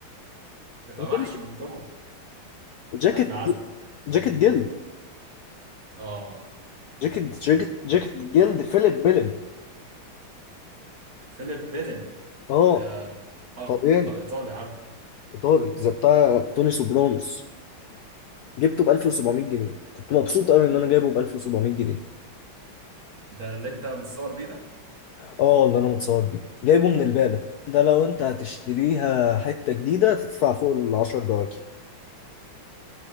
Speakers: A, on the right; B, on the left.
A: تبقى
B: أنت بتقول
A: محشي
B: إيه؟
A: من جوه
B: جاكيت
A: مادة عزم
B: ج- جاكيت جلد
A: اه
B: جاكيت جاكيت جاكيت جلد فيليب بيلن
A: فيليب بيدن
B: اه
A: ده اه
B: طب يعني
A: الايطالي عارفه
B: ايطالي زي بتاع توني سوبرانوس جبته ب 1700 جنيه كنت مبسوط قوي ان انا جايبه ب 1700 جنيه
A: ده اللي انت متصور بيه ده
B: اه اللي انا متصور بيه جايبه من البالة ده لو انت هتشتريها حتة جديدة تدفع فوق ال 10 بواكي